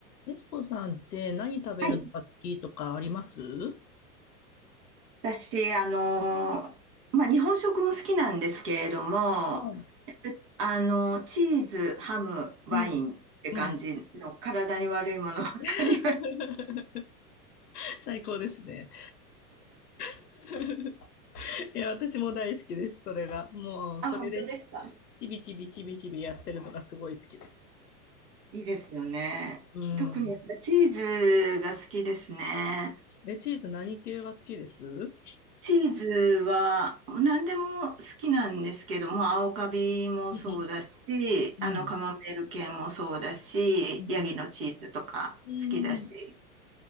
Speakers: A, on the left (about 70°); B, on the right (about 25°).
A: エスコさんって何食べるのが好きとかありますは
B: はい。私、あのー、まあ、日本食も好きなんですけれども、
A: い。
B: やっぱあのー、チーズ、ハム、ワインって感じの体に悪いものばっかりが
A: うん。うん。<laughs> 最高ですね。<laughs> いや、私も大好きです、それが。もう、
B: あ、
A: それで、
B: 本当ですか。
A: ちびちびちびちびやってるのがすごい好きです。
B: いいですよね。
A: うん。
B: 特にやっぱチーズが好きですね。
A: え、チーズ何系が好きですうん
B: チーズは何でも好きなんですけども、青カビもそうだし、
A: うんうん。
B: あのカマンベール系もそうだし、
A: うん。うん。
B: ヤギのチーズとか好きだし。
A: うん